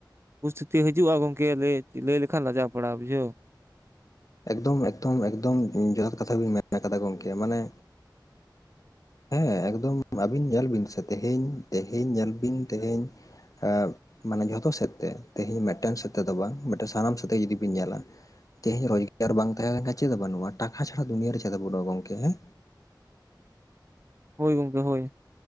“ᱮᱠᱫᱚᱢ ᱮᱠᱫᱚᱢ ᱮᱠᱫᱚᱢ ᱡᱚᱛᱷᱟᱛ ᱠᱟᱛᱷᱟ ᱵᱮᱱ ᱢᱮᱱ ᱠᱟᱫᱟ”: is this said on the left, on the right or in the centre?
Left